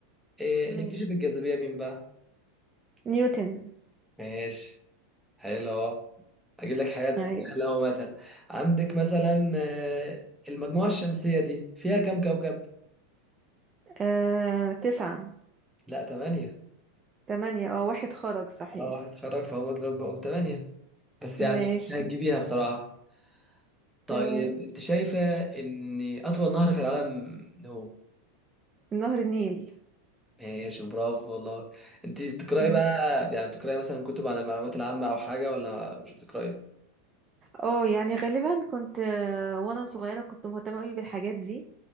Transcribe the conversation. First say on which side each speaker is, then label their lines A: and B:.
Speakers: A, in the centre; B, on the right.
A: إيه
B: ماشي
A: اللي اكتشف الجاذبيه مين بقى
B: نيوتن
A: ماشي حلو اجيب لك حاجات
B: ايوه
A: سهله أهو مثلا عندك مثلا آه، المجموعه الشمسيه دي فيها كام كوكب
B: آه، تسعة
A: لا ثمانية
B: تمانية اه واحد خرج صحيح
A: اه هتخرج فهم كده بقوا ثمانية بس يعني
B: ماشي
A: إنت هتجيبيها بصراحه طيب
B: تمام
A: انت شايفه ان اطول نهر في العالم هو
B: نهر النيل
A: ماشي برافو والله انت بتقراي
B: مم.
A: بقى يعني بتقراي مثلا كتب عن المعلومات العامه او حاجه ولا مش بتقراي
B: اه يعني غالبا كنت آه، وانا صغيرة كنت مهتمة قوي بالحاجات دي